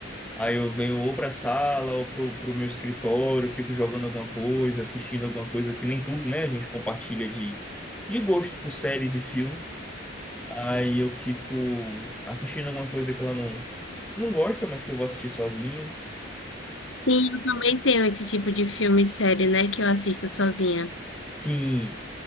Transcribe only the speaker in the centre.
aí eu venho ou pra sala ou pro, pro meu escritório, fico jogando alguma coisa, assistindo alguma coisa, que nem tudo, né? A gente compartilha de, de gosto por séries e filmes. Aí eu fico assistindo alguma coisa que ela não, não gosta, mas que eu vou assistir sozinho.
Sim,